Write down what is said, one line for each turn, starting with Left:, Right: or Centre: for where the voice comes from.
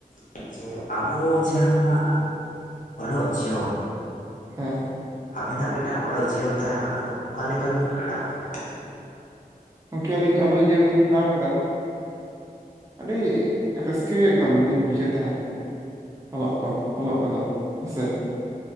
Left: ᱵᱤᱱ ᱥᱮ ᱡᱮ ᱟᱵᱚ ᱡᱟᱦᱟᱸ ᱚᱞᱚᱜ ᱡᱤᱭᱚᱱ,
Right: ᱦᱮᱸ
Left: ᱟᱵᱤᱱᱟᱜ ᱢᱤᱫᱴᱟᱝ ᱚᱞᱚᱜ ᱡᱤᱭᱚᱱ ᱛᱟᱦᱮᱸ ᱠᱟᱱᱟ ᱛᱚ ᱚᱠᱟ ᱞᱮᱠᱟ ᱵᱤᱱ ᱠᱷᱟᱸᱰᱟᱣ ᱠᱮᱫᱟ?
Right: ᱜᱚᱢᱠᱮ ᱟᱹᱞᱤᱧ ᱚᱞᱚᱜ ᱡᱤᱭᱚᱱ ᱞᱤᱧ ᱠᱷᱟᱸᱰᱟᱣ ᱠᱟᱫᱟ, ᱟᱹᱰᱤ ᱨᱟᱹᱥᱠᱟᱹ ᱜᱮ ᱮᱠᱫᱚᱢ ᱞᱤᱧ ᱵᱩᱡᱷᱟᱹᱣ ᱮᱫ ᱛᱟᱦᱮᱸᱫ ᱚᱞᱚᱜ ᱠᱚ ᱚᱞᱚᱜ ᱠᱚᱫᱚ ᱦᱮᱸ ᱥᱮ,